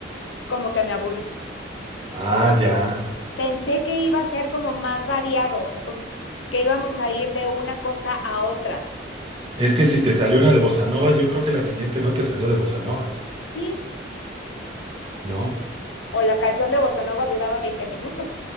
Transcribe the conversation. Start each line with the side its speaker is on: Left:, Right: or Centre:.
Left: como que me aburrí.
Right: Ah, ya.
Left: Pensé que iba a ser como más variado, o sea, como que íbamos a ir de una cosa a otra.
Right: Es que si te salió una de bossa nova, yo creo que la siguiente no te salió de bossa nova.
Left: Sí,
Right: No,
Left: o la canción de Bossa Nova duraba veinte minutos.